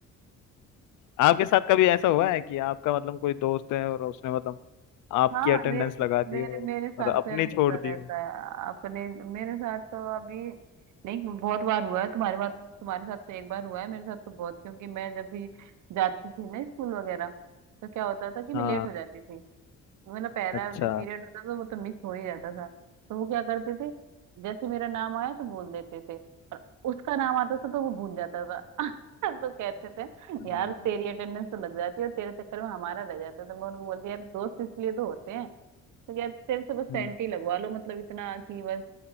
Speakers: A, on the left; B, on the right.
A: आपके साथ कभी ऐसा हुआ है कि आपका मतलब कोई दोस्त है और उसने मतलब आपकी
B: हाँ
A: अटेंडेंस
B: मेरे
A: लगा दी
B: मेरे
A: हो
B: मेरे साथ
A: और अपनी
B: तो यार होता
A: छोड़ दी
B: रहता
A: हो
B: है अपने मेरे साथ तो अभी नहीं बहुत बार हुआ है तुम्हारे बात तुम्हारे साथ तो एक बार हुआ है मेरे साथ तो बहुत क्योंकि मैं जब भी जाती थी ना स्कूल वगैरह तो क्या होता था कि मैं
A: हाँ
B: लेट हो जाती थी मतलब पहला
A: अच्छा
B: जो पीरियड होता था वो तो मिस हो ही जाता था तो वो क्या करते थे जैसे मेरा नाम आया तो बोल देते थे उसका नाम आता था तो वो भूल जाता था <laughs> तो कहते थे
A: हम्म,
B: यार तेरी अटेंडेंस तो लग जाती है और तेरे चक्कर में हमारा रह जाता था मैं उनको बोलती यार दोस्त इसलिए तो होते हैं तो यार तेरे से बस सेंटी
A: हम्म,
B: लगवा लो मतलब इतना कि बस